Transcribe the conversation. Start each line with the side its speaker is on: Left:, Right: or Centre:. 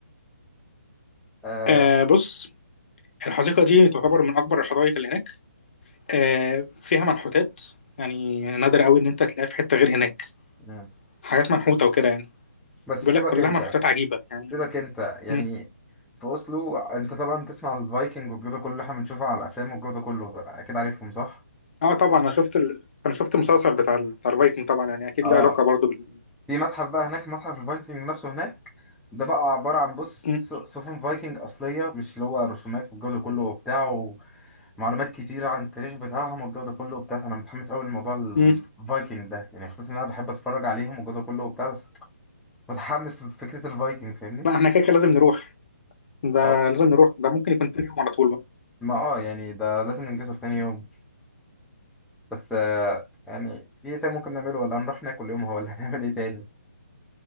Centre: آه...
Left: آه بص الحديقه دي تعتبر من اكبر الحدائق اللي هناك آه فيها منحوتات يعني نادر قوي ان انت تلاقيها في حته غير هناك
Centre: مم.
Left: حاجات منحوته وكده يعني
Centre: بس
Left: بيقول
Centre: سيبك
Left: لك كلها
Centre: انت
Left: منحوتات عجيبه يعني
Centre: سيبك انت يعني
Left: مم.
Centre: في أوسلو انت طبعا تسمع الفايكنج والجو ده كله اللي احنا بنشوفه على الأفلام والجو ده كله أكيد عارفهم صح؟
Left: اه طبعا انا شفت ال... انا شفت المسلسل بتاع ال... بتاع الفايكنج طبعا يعني اكيد
Centre: اه
Left: له علاقه برضه بال
Centre: في متحف بقى هناك متحف الفايكنج نفسه هناك ده بقى عبارة عن بص
Left: مم.
Centre: س- سفن فايكنج أصلية مش اللي هو رسومات والجو ده كله وبتاع ومعلومات كتيرة عن التاريخ بتاعهم والجو ده كله وبتاع فأنا متحمس أوي لموضوع
Left: مم.
Centre: الفايكنج ده يعني خصوصا إن أنا بحب أتفرج عليهم والجو ده كله وبتاع بس متحمس لفكرة الفايكنج فاهمني؟
Left: لا احنا كده كده لازم نروح ده
Centre: اه
Left: لازم نروح ده ممكن يكون تاني يوم على طول بقى.
Centre: ما اه يعني ده لازم ننجزه في تاني يوم بس آه، يعني في إيه تاني ممكن نعمله ولا هنروح ناكل يومها ولا <laughs> هنعمل إيه تاني؟